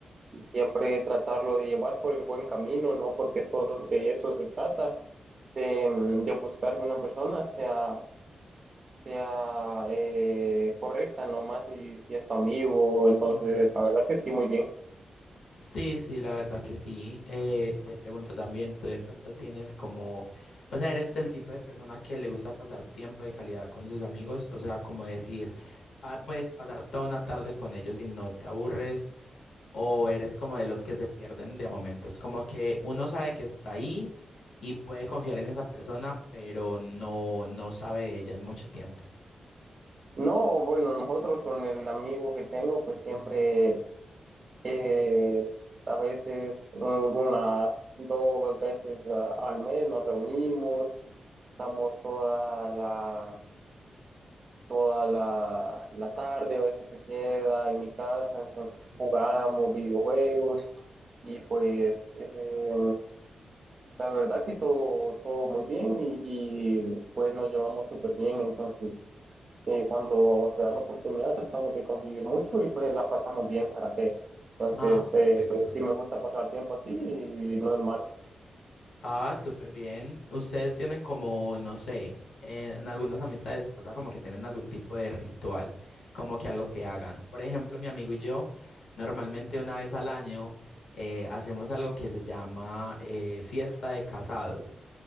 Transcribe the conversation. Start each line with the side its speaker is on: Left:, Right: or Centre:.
Right: y siempre tratarlo de llevar por el buen camino, ¿no? Porque eso, de eso se trata de, mm, de buscar que una persona sea, sea eh, correcta, no más si, si es tu amigo, entonces
Left: ujú.
Right: la verdad que sí, muy bien.
Left: Sí, sí, la verdad que sí. Eh, te pregunto también, tú de pronto tienes como, o sea, eres del tipo de persona que le gusta pasar tiempo de calidad con sus amigos, o sea, como decir, pa- puedes pasar toda una tarde con ellos y no te aburres ¿O eres como de los que se pierden de a momentos? Como que uno sabe que está ahí y puede confiar en esa persona, pero no, no sabe de ella en mucho tiempo.
Right: No, bueno, nosotros con el amigo que tengo, pues siempre,
Left: Ujú,
Right: eh, a veces, unas dos veces a- al mes nos reunimos, estamos toda la toda la, la tarde, a veces se queda en mi casa, entonces
Left: ujú.
Right: jugamos videojuegos y pues eh, la verdad que todo, todo muy bien y, y, pues nos llevamos súper bien, entonces eh, cuando se da la oportunidad tratamos de convivir mucho y pues la pasamos bien, ¿para qué? Entonces
Left: Ah,
Right: eh,
Left: Perfecto.
Right: sí me gusta pasar tiempo así y no es malo.
Left: ah, súper bien. Ustedes tienen como, no sé, en algunas amistades pasa como que tienen algún tipo de ritual, como que algo que hagan. Por ejemplo, mi amigo y yo, normalmente una vez al año eh, hacemos algo que se llama eh, fiesta de casados.